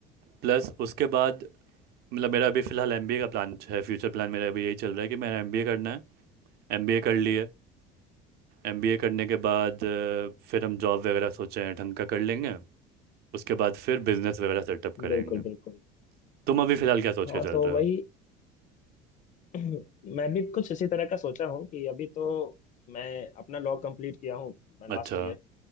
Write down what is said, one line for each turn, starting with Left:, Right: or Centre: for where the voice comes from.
Right: प्लस उसके बाद मतलब मेरा अभी फ़िलहाल एमबीए का प्लान है फ्यूचर प्लान मेरा अभी यही चल रहा है कि मेरा एमबीए करना है एमबीए कर लिए एमबीए करने के बाद अ, फिर हम जॉब वगैरह सोचे हैं ढंग का कर लेंगे उसके बाद फिर बिजनेस वगैरह सेटअप करेंगे
Left: बिल्कुल बिल्कुल
Right: तुम अभी फिलहाल क्या सोच
Left: हाँ
Right: के चल
Left: तो
Right: रहे
Left: वही
Right: हो
Left: <clears throat> मैं भी कुछ इसी तरह का सोचा हूँ कि अभी तो मैं अपना लॉ कंप्लीट किया हूँ
Right: अच्छा
Left: लास्ट ईयर